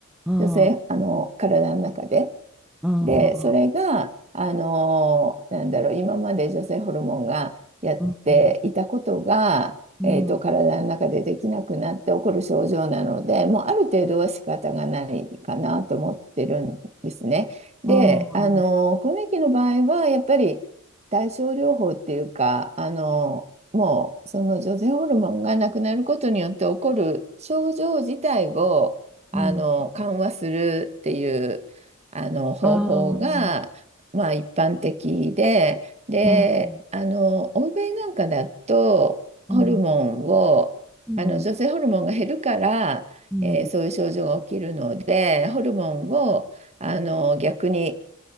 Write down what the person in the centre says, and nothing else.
うん、
う
ん、
うん、
うん、うん、
う
ん。
うん。ああ、
うん、
うん、うん、うん。